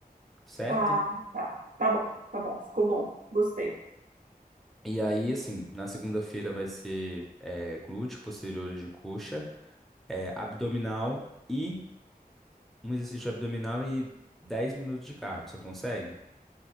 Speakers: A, in the centre; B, on the right.
A: certo?
B: Ah, tá. Tá bom, tá bom. Ficou bom. Gostei.
A: E aí, assim, na segunda-feira vai ser eh, glúteo, posteriores de coxa, eh, abdominal. e um exercício abdominal e 10 minutos de cardio. Você consegue?